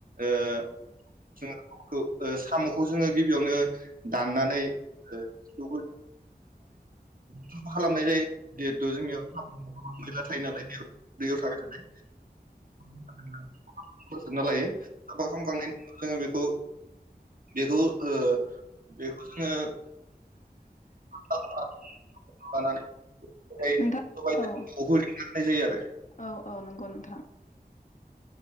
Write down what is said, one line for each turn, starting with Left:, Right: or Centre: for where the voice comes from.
Right: ओ जोङो साम'खौ ओ साम'खौ जोङो गिबियावनो दाननानै <unintelligible> साफा खालामनाय जायो जिहेथु जोंनियाव <unintelligible> मैला थायो नालाय दै दैयाव थाबाय थानाय <unintelligible> फोसोबना लायो साफा खालामखांनायनि उनाव जोङो बेखौ बेखौ ओ बेखौ जोङो <unintelligible> मानानै होनाय
Left: नोंथां
Right: जायो आरो
Left: औ औ नंगौ नोंथां